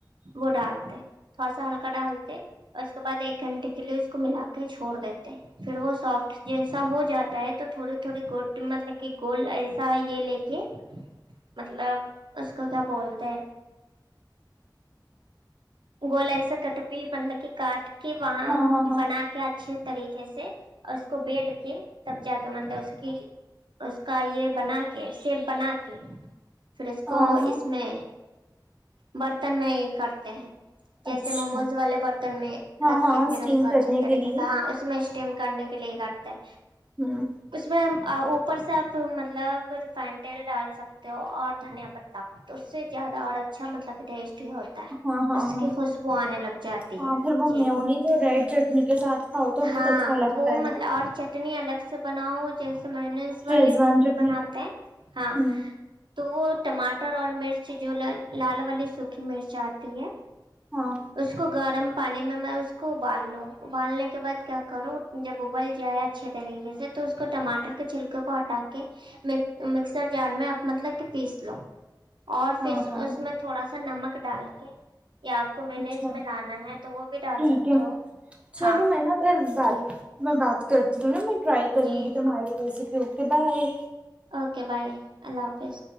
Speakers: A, on the right; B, on the right.
A: وہ ڈالتے تھوڑا سا ہلکا ڈالتے اور اس کے بعد ایک گھنٹے کے لیے اس کو ملا کے چھوڑ دیتے پھر وہ سافٹ جیسا ہو جاتا ہے تو تھوڑی تھوڑی گ مطلب کہ گول ایسا یہ لے کے مطلب اس کو کیا بولتے ہیں گولا سے کٹی مطلب کہ کاٹ کہ وہاں
B: ہاں ہاں ہاں
A: بنا کے اچھے طریقے سے اس کو بیل کے تب جا کے مطلب اس کی اس کا یہ بنا کے سیپ بنا کے پھر اس
B: ہاں
A: کو
B: ہاں
A: اس میں برتن میں ہی کرتے ہیں جیسے
B: اچھا
A: موموز والے برتن میں
B: ہاں
A: رکھ
B: ہاں
A: کے
B: اسٹیم
A: پھر اس کو اچھے
B: کرنے
A: طریقے
B: کے لیے
A: سے ہاں اس میں اسٹیم کرنے کے لیے کرتے ہیں
B: ہوں
A: اس میں اوپر سے آپ مطلب ریفائنڈ تیل ڈال سکتے ہو اور دھنیا پتا تو اس سے زیادہ اور اچھا مطلب ٹیسٹ ہوتا
B: ہاں ہاں
A: اس
B: ہاں
A: کی خوشبو آنے لگ جاتی
B: ہاں
A: ہے
B: پھر وہ
A: جی
B: میونیز اور ریڈ چٹنی کے ساتھ کھاؤ تو بہت
A: ہاں
B: اچھا لگتا
A: وہ مطلب
B: ہے نا
A: اور چٹنی الگ سے بناؤ جیسے مینوز والی
B: شیزوان
A: بھی
B: چٹنی
A: بناتے ہیں ہاں
B: ہوں
A: تو وہ ٹماٹر اور مرچ جو لال والی سوکھی مرچ آتی ہے
B: ہاں
A: اس کو گرم پانی میں اس کو ابال لو ابالنے کے بعد کیا کروں جب ابل جائے اچھے طریقے سے تو اس کو ٹماٹر کے چھلکے کو ہٹا کے مکسر جار میں مطلب کہ پیس لو اور پھر
B: ہاں ہاں
A: اس میں تھوڑا سا ا نمک ڈال کے یا آپ کو مینیز
B: اچھا
A: میں لانا ہے تو وہ بھی ڈال
B: ٹھیک
A: سکتے
B: ہے
A: ہو
B: چلو
A: ہاں
B: میں نا پھر بات
A: جی
B: میں بات کرتی ہوں نا میں ٹرائی کروں
A: جی
B: گی تمہاری recipe okay bye
A: okay bye اللہ حافظ